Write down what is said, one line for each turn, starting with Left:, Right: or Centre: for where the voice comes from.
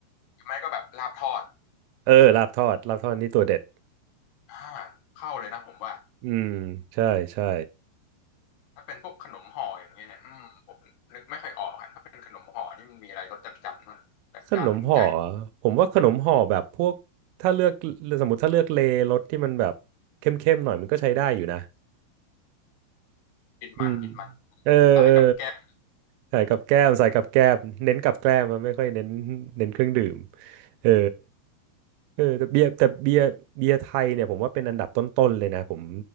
Left: ไม่ก็แบบลาบทอด
Right: เออลาบทอดลาบทอดนี่ตัวเด็ด
Left: อ่าเข้าเลยนะผมว่า
Right: อืมใช่ใช่
Left: ถ้าเป็นพวกขนมห่ออย่างเงี้ยเนี่ยอืมผมนึกไม่ค่อยออกอะถ้าเป็นขนมห่อนี่มันมีอะไรรสจัดจัดมันจัดจ้านถึงใจ
Right: ขนมห่ออะผมว่าขนมห่อแบบพวกถ้าเลือกสมมติถ้าเลือกเลรสที่มันแบบเข้มๆหน่อยมันก็ใช้ได้อยู่นะ
Left: กินมันกินมัน
Right: อืมเออเออ
Left: สายกับแก้ม
Right: ใส่กับแก้มใส่กับแก้มเน้นกับแก้มอะไม่ค่อยเน้นเน้นเครื่องดื่มเออ เออแต่เบียร์แต่เบียร์เบียร์ไทยเนี่ยผมว่าเป็นอันดับต้นๆเลยนะผม